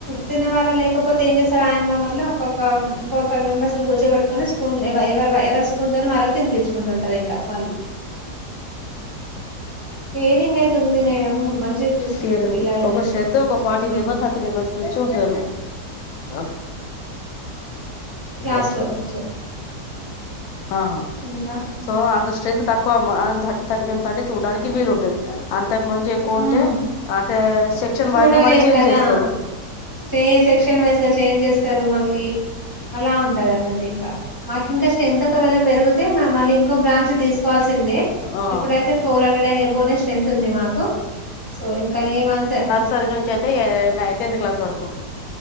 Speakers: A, on the right; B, on the left.
A: తినవళ్ళ లేకపోతే ఏం చేస్తార్ ఆయమ్మ వాళ్ళు ఒకొక్క ఫోర్ ఫైవ్ మెంబర్స్ ని కూర్చోబెట్ కొని స్పూన్ ఎవ ఎవర్ వ ఎవరి స్పూన్ తోని మరద్ తిన్పించుకుంటుంటారు ఇంకా వాళ్ళు కేరింగ్ అయితే ఉంది మేడం మంచిగా చూసుకుంటారు
B: కేర్ళం
A: పిల్లలని
B: ఒక
A: అయితే
B: స్ట్రెంత్ ఒక forty
A: um
B: member thirty members మించి ఉంటారు ఆ ముందు
A: క్లాస్
B: అస్పత్రికి
A: లో ఇప్పుడు
B: ఆహ
A: ఇంకా
B: సో అంత్ స్ట్రెంత్ తక్కువ్ అమ్మా అన్ థర్టీ థర్టీ మేమ్ సండే చూడ్డానికి వీల్ ఉంటది అంతక్ మించి ఎక్కువుంటే
A: ఉమ్
B: అంటే సెక్షన్
A: చూడలేం
B: వైజ్ గా మల్లీ చేంజ్
A: కదా
B: చేస్తారు
A: చే సెక్షన్ వైజ్ గా చేంజ్ చేస్తారు మళ్ళీ అలా ఉంటది అన్నటింకా మాక్ ఇంకా స్ట్రెంత్ ఒక వెళ్ పెరుగుతే మ మళ్ళి ఇంకో బ్రాంచ్ తీసుకోవాల్సిందె
B: ఆ
A: ఇప్పుడైతే ఫోర్ హండ్రెడెండ్ ఏబొనె స్ట్రెంత్ తుంది మాకు సో ఇంకా ఈ మంత్
B: పట్ నుంచైతే నై టెన్త్ క్లాస్ వరకు